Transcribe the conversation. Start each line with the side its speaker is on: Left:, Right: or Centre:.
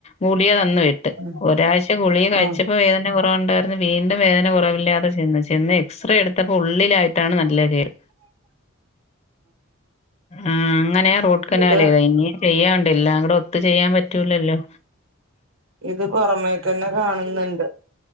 Left: ഗുളിക തന്ന് വിട്ട്.
Right: ഉം
Left: ഒരാഴ്ച്ച ഗുളിക കഴിച്ചപ്പോ
Right: ഉം
Left: വേദന കൊ റവുണ്ടായിരുന്നു. വീണ്ടും വേദന കുറവില്ലാതെ ചെന്ന്. ചെന്ന് എക്സ്ര എടുത്തപ്പോ ഉ ള്ളിലായിട്ടാണ് നല്ല കേട്. ആഹ് അങ്ങനെയാ റൂ ട്ട് കനാല്
Right: ഇത്
Left: കഴിഞ്ഞ്. ഇനിയും ചെയ്യാണ്ട്. എല്ലാം കൂടെ ഒത്തു ചെയ്യാൻ പറ്റൂലല്ലോ.
Right: ഇത് പുറമേക്കന്നെ കാണുന്നുണ്ട്.